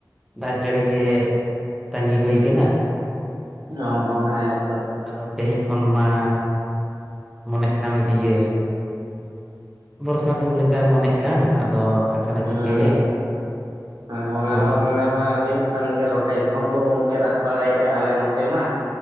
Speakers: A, in the centre; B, on the right.
A: ᱫᱟᱜ ᱡᱟᱹᱲᱤ ᱜᱮ ᱛᱟᱺᱜᱤ ᱦᱩᱭ ᱠᱟᱱᱟ
B: ᱚᱸᱦᱚ ᱦᱮᱸᱛᱚ
A: ᱟᱫᱚ ᱛᱮᱦᱮᱧ ᱠᱷᱚᱱ ᱢᱟ ᱢᱚᱱᱮᱜ ᱠᱟᱱ ᱤᱭᱟᱹ ᱵᱚᱨᱥᱟ ᱫᱤᱱ ᱞᱮᱠᱟ ᱢᱚᱱᱮᱜ ᱠᱟᱱ ᱟᱫᱚ ᱟᱠᱷᱟᱱᱮ
B: ᱦᱮᱸ
A: ᱪᱤᱠᱟᱹᱭᱮᱫ
B: ᱦᱮᱸ ᱦᱮᱸ ᱚᱱᱟ
A: ᱛᱮᱦᱮᱧ
B: ᱢᱟ ᱢᱚᱱᱮ ᱢᱟ ᱦᱩᱭᱩᱜ ᱠᱟᱱ ᱜᱮ ᱨᱚᱴᱮ ᱠᱚᱦᱚᱸ ᱠᱚ ᱜᱚᱝᱠᱮ ᱨᱟᱜ ᱵᱟᱲᱟᱭᱮᱫ ᱮᱭᱟ ᱟᱞᱮ ᱱᱚᱛᱮ ᱢᱟ